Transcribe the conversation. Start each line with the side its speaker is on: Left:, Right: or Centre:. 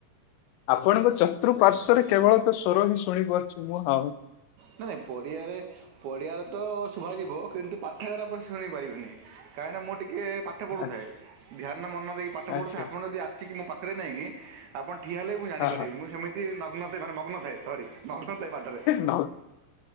Left: ଆପଣଙ୍କ ଚତୁଃପାର୍ଶ୍ଵରେ କେବଳତ ସ୍ଵର ହିଁ ଶୁଣିପାରୁଛି ମୁଁ ହଉ।
Right: ନାଇ ନାଇଁ ପଡ଼ିଆରେ ପଡ଼ିଆରେ ତ ଶୁଭାଯିବ କିନ୍ତୁ ପାଠାଗାର ରେ ଆପଣ ଶୁଣି ପାରିବେନି। କାହିଁକିନା ମୁଁ ଟିକେ ପାଠ ପଢ଼ୁଥାଏ
Left: ଆଚ୍ଛା
Right: ଧ୍ୟାନ ମନ ଦେଇକି ପାଠ ପଢ଼ୁଥାଏ
Left: ଆଚ୍ଛା।
Right: ଆପଣ ଯଦି ଆସିକି ମୋ ପା ଖରେ ନାଇଁ କି ଆପଣ ଠିଆ ହେଲେ ବି ମୁଁ ଜାଣିପାରିବି
Left: ହଁ
Right: ମୁଁ ସେମିତି ନଗ୍ନ ଥା ମାନେ ମଗ୍ନ ଥାଏ ସରି। ମଗ୍ନଥାଏ ପାଠରେ
Left: ହଁ ନ